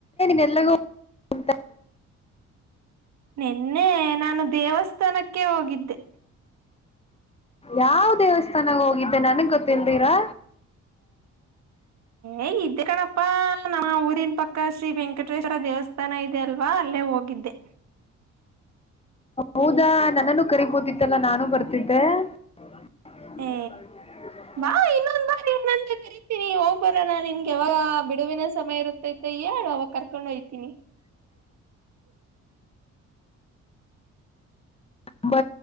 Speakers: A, on the left; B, on the right.
A: ನಿನ್ಲ್ಲಗೂಂತ
B: ನಿನ್ನೆ ನಾನು ದೇವಸ್ಥಾನಕ್ಕೆ ಹೋಗಿದ್ದೆ
A: ಯಾವ ದೇವಸ್ಥಾನಾಗ ಹೋಗಿದ್ದೆ ನನ್ಗ್ ಗೊತ್ತಿಲ್ದಿರಾ
B: ಏ ಇ್ದ ಕಣಪ್ಪಾ ನಮ್ಮ ಊರಿನ್ ಪಕ್ಕ ಶ್ರೀ ವೆಂಕಟೇಶ್ವರ ದೇವಸ್ಥಾನ ಇದೆ ಅಲ್ವಾ ಅಲ್ಲೇ ಹೋಗಿದ್ದೆ
A: ಹೌದಾ ನನ್ನನ್ನು ಕರಿಬೋದಿತ್ತಲ್ಲ ನಾನು ಬರ್ತಿದ್ದೆ <unintelligible>
B: ಏ ಬಾ ಇನ್ನೊಂದ್ ಬಾರಿನಂತ ಕರಿತೀನಿ ಹೋಗ ಬರ ನಾನ್ ನಿನ್ಗೆ ಯಾವಾಗ ಬಿಡುವಿನ ಸಮಯ ಇರುತ್ತೈತೆ ಯ ಅವಾಗ ಕರ್ಕೊಂಡ್ ಹಯ್ತೀನಿ <unintelligible>
A: ಹಂಬ